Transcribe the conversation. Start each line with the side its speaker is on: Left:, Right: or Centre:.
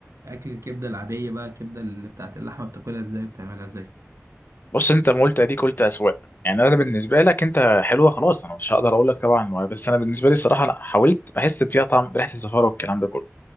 Right: أكل الكبدة العادية بقى الكبدة اللي بتاعت اللحمة بتاكلها إزاي بتعملها إزاي
Left: بص انت ما قلت اديك قلت اسواق يعني انا بالنسبه لك انت حلوه خلاص انا مش هقدر اقول لك طبعا بس انا بالنسبه لي الصراحه انا حاولت بحس فيها طعم بريحه الزفاره والكلام ده كله